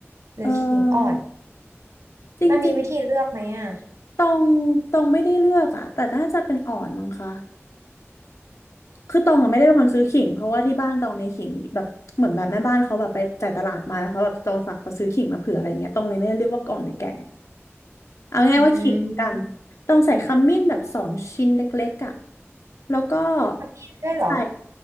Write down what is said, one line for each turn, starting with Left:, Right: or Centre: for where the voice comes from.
Right: หรือขิงอ่อน
Left: เออจริง
Right: มันมีวิธีเลือกไหมอ่ะ
Left: ๆตองตองไม่ได้เลือกอะแต่น่าจะเป็นอ่อนมั้งคะคือตองอะไม่ได้เป็นคนซื้อขิงเพราะว่าที่บ้านตองมีขิงแบบเหมือนแบบแม่บ้านเขาแบบไปจ่ายตลาดมาแล้วเขาแบบตองฝากเขาซื้อขิงมาเผื่ออะไรเงี้ยตองเลยไม่ได้เรียกว่าก่อนหรือแก่ เอาง่ายว่าขิงกัน
Right: อืม
Left: ต้องใส่ขมิ้นแบบสองชิ้นเล็กๆอ่ะแล้วก็
Right: มีด้วยเหรอ
Left: ใส่